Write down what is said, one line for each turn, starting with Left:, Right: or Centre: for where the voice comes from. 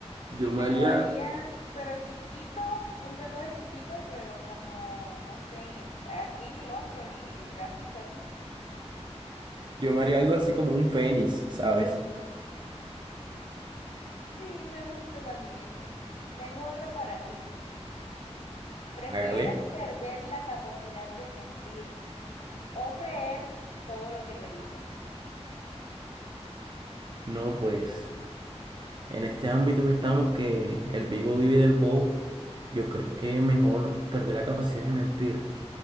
Right: Yo
Left: Y me
Right: me haría,
Left: lo haría, pero chiquito, un tatuaje chiquito, pero como, no sé, en el, aquí en el hombro, en el bracito, aquí.
Right: yo me haría algo así como un fénix, ¿sabes?
Left: Sí, me gusta también. Tengo otra para ti. ¿Prefieres
Right: Hágale.
Left: perder la capacidad de mentir o creer todo lo que te dicen?
Right: No, pues, en este ámbito que estamos, que el vivo vive del bobo, yo creo que mejor perder la capacidad de mentir.